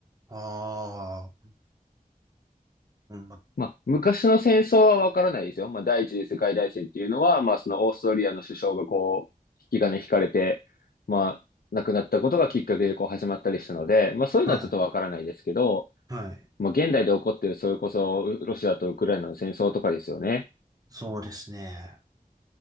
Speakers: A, on the right; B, on the left.
A: ああ、うん、ま
B: まあ、昔の戦争はわからないですよ。まあ、第一次世界大戦っていうのは、まあ、そのオーストリアの首相がこう、引き金引かれて、まあ、亡くなったことがきっかけでこう始まったりしたので、まあ、そういうのはちょっとわからないですけど、
A: はい。はい。
B: まあ、現代で起こってる、それこそ、うロシアとウクライナの戦争とかですよね。
A: そうですね。